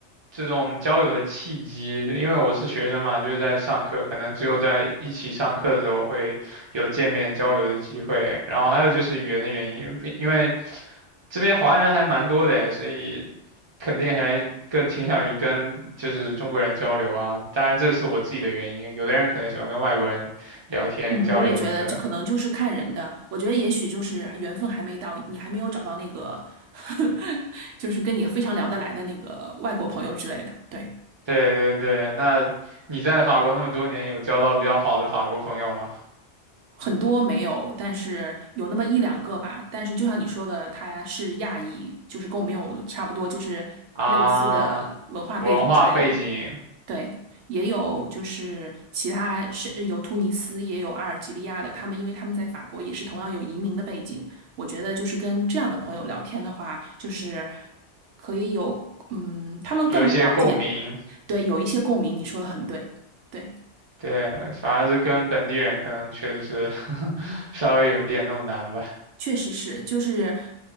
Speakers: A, on the right; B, on the right.
A: 这种交友的契机，因为我是学生嘛，就是在上课，可能只有在一起上课的时候会有见面交流的机会。然后还有就是语言的原因，因为因为这边华人还蛮多的，所以肯定还更倾向于跟就是中国人交流啊。当然这是我自己的原因，有的人可能喜欢跟外国人聊天交流什么的。
B: 嗯，我也觉得就可能就是看人的。我觉得也许就是缘分还没到，你还没有找到那个，<laughs> 就是跟你非常聊得来的那个外国朋友之类的。对。
A: 对对对，那你在法国那么多年，有交到比较好的法国朋友吗？
B: 很多没有，但是有那么一两个吧。但是就像你说的，他是亚裔，就是跟我们有差不多，就是类似的文化背景之类的。
A: 啊。文化背景
B: 对，也有就是其他是有突尼斯，也有阿尔及利亚的，他们因为他们在法国也是同样有移民的背景。我觉得就是跟这样的朋友聊天的话，就是可以有，嗯，他们更能了解，
A: 有一些共鸣，
B: 对，有一些共鸣。你说的很对，对。
A: 对，反而是跟本地人可能确实是 <laughs> 稍微有点那么难吧。
B: 确实是，就是